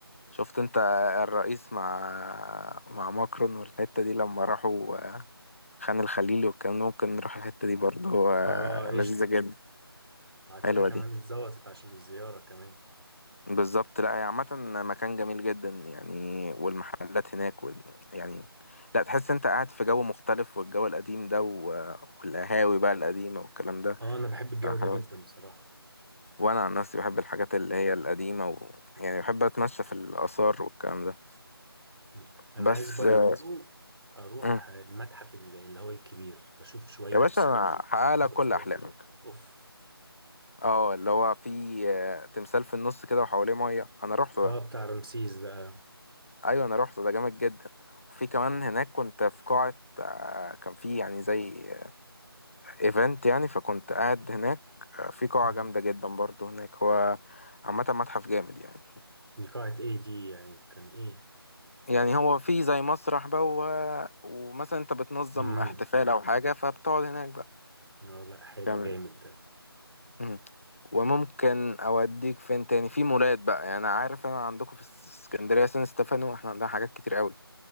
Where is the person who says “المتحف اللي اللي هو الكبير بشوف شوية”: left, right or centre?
Right